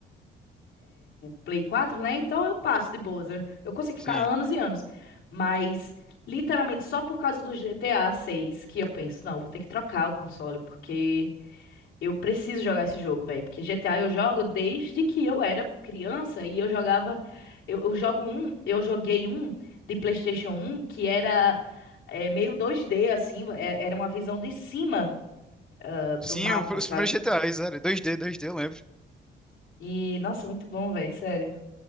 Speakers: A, on the left; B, in the centre.
A: Play 4, né? Então eu passo de boas. Eu, eu consigo
B: Sim.
A: ficar anos e anos. Mas, literalmente, só por causa do GTA seis que eu penso, não, vou ter que trocar o console, porque eu preciso jogar esse jogo, velho. Porque GTA eu jogo desde que eu era criança e eu jogava. Eu, eu jogo um, eu joguei um de PlayStation um que era é, meio dois d assim, é- era uma visão de cima ah, do
B: Sim,
A: mapa,
B: o-
A: sabe?
B: os primeiros GTAs, era 2D, 2D, eu lembro.
A: E, nossa, muito bom, velho, sério.